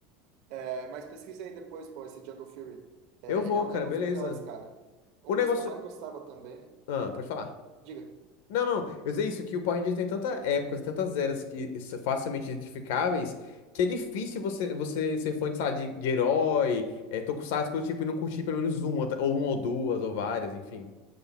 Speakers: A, on the right (about 55°); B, on the left (about 70°).
A: É, mas pesquise aí depois, pô, esse Jungle Fury. É,
B: eu vou,
A: ele é um,
B: cara.
A: era
B: Beleza.
A: um dos melhores, cara. Um
B: O negócio.
A: dos que eu mais gostava também.
B: Ah, pode falar.
A: Diga.
B: Não, não, eu sei isso, que o Power Ranger tem tantas épocas, e tantas eras que s- facilmente identificáveis, que é difícil você, você ser fã de, sei lá, de, de herói, é, tokusatsu, coisa do tipo, e não curtir pelo menos uma, tá- ou uma ou duas, ou várias, enfim.